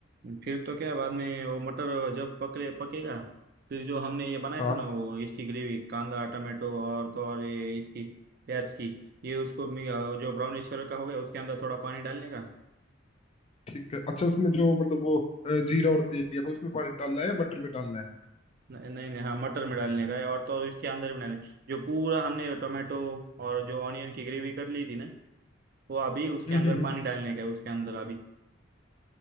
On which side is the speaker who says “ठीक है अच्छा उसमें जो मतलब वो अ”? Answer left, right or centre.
Left